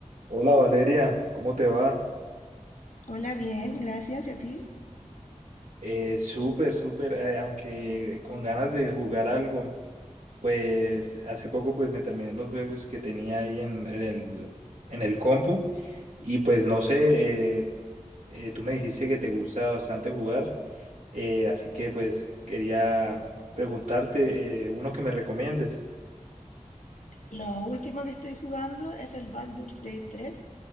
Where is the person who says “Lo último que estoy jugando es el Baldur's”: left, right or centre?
Left